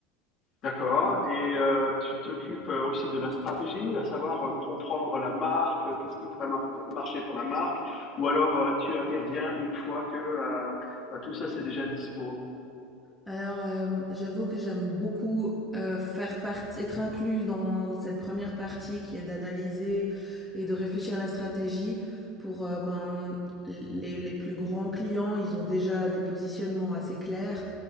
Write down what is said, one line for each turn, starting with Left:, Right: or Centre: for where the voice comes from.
Left: D'accord. Et euh, tu t'occupes euh, aussi de la stratégie, à savoir euh, comprendre la marque, euh, qu'est-ce qui pourrait mar- marcher pour la marque, ou alors euh, tu interviens une fois que euh, euh, tout ça c'est déjà dispo.
Centre: Alors, euh, j'avoue que j'aime beaucoup euh, faire partie, être incluse dans cette première partie qui est d'analyser et de réfléchir à la stratégie pour euh, ben, les, les plus grands clients. Ils ont déjà des positionnements assez clairs.